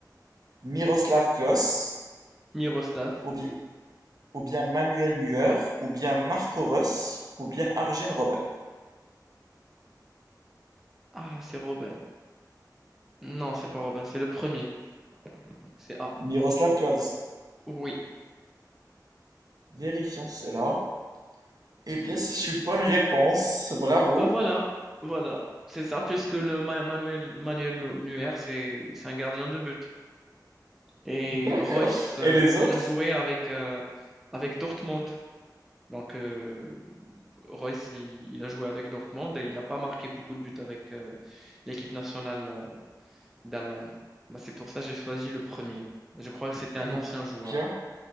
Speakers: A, on the right; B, in the centre.
A: Miroslav Klose,
B: Miroslav.
A: ou bien ou bien Manuel Neuer, ou bien Marco Reus, ou bien Arjen Robben.
B: Ah, c'est Robin. Non, c'est pas Robin, c'est le premier. C'est A.
A: Miroslav Klose.
B: Oui.
A: Vérifions cela. Eh bien, c'est une bonne réponse. Bravo.
B: Ben voilà, voilà. C'est ça, puisque le Ma- Manuel, Manuel Nu- Neuer, c'est c'est un gardien de but. Et
A: D'accord.
B: Royce,
A: Et
B: euh,
A: les autres?
B: il a joué avec, euh, avec Dortmund. Donc, euh, Royce, il, il a joué avec Dortmund et il n'a pas marqué beaucoup de buts avec euh, l'équipe nationale euh, d'Allemagne. Bah, c'est pour ça que j'ai choisi le premier. Je crois que c'était un
A: Eh
B: ancien joueur.
A: bien,